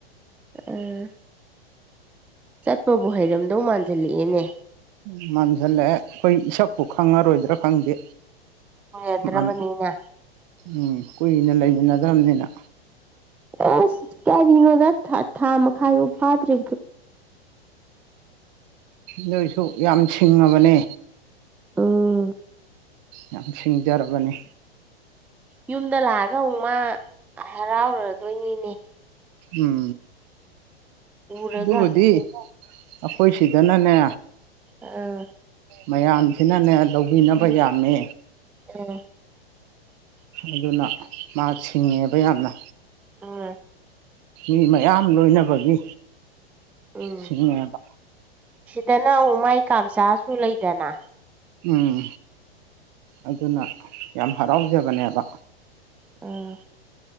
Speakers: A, in the centre; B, on the right.
A: ꯎꯝ ꯆꯠꯄꯕꯨ ꯍꯩꯔꯝꯗꯧ ꯃꯥꯟꯁꯤꯜꯂꯛꯑꯦꯅꯦ
B: ꯎ ꯃꯟꯁꯤꯜꯂꯛꯑꯦ ꯑꯩꯈꯣꯏ ꯏꯁꯛꯄꯨ ꯈꯪꯉꯔꯣꯏꯗ꯭ꯔꯥ ꯈꯪꯗꯦ
A: ꯎꯗ꯭ꯔꯕꯅꯤꯅ
B: ꯃꯥꯅ ꯎꯝ ꯀꯨꯏꯅ ꯂꯩꯃꯤꯟꯅꯗ꯭ꯔꯕꯅꯤꯅ
A: ꯑꯦꯁ ꯀꯌꯥꯒꯤꯅꯣꯗ ꯊꯥ ꯃꯈꯥꯏꯐꯥꯎ ꯐꯥꯗ꯭ꯔꯤ
B: ꯅꯣꯏꯁꯨ ꯌꯥꯝ ꯁꯤꯡꯉꯕꯅꯦ
A: ꯎꯝ
B: ꯌꯥꯝ ꯁꯤꯡꯖꯔꯕꯅꯤ
A: ꯌꯨꯝꯗ ꯂꯥꯛꯑꯒ ꯑꯃꯨꯛ ꯃꯥ ꯍꯔꯥꯎꯔꯗꯣꯏꯅꯤꯅꯦ
B: ꯎꯝ
A: ꯎꯔꯒ
B: ꯑꯗꯨꯕꯨꯗꯤ ꯑꯩꯈꯣꯏ ꯁꯤꯗꯅꯅꯦ
A: ꯑꯥ
B: ꯃꯌꯥꯝꯁꯤꯅꯅꯦ ꯂꯧꯕꯤꯅꯕ
A: ꯎꯝ
B: ꯌꯥꯝꯃꯦ
A: ꯎꯝ
B: ꯑꯗꯨꯅ ꯃꯥ ꯁꯤꯡꯉꯦꯕ ꯌꯥꯝꯅ
A: ꯑꯥ
B: ꯃꯤ ꯃꯌꯥꯝ ꯂꯣꯏꯅꯕꯒꯤ
A: ꯎꯝ
B: ꯁꯤꯡꯉꯦꯕ
A: ꯁꯤꯗꯅ ꯑꯃꯨꯛ ꯃꯥꯏ ꯀꯥꯝꯆꯥꯥꯁꯨ ꯂꯩꯗꯅ
B: ꯎꯝ ꯑꯗꯨꯅ ꯌꯥꯝ ꯍꯔꯥꯎꯖꯕꯅꯦꯕ
A: ꯑꯣ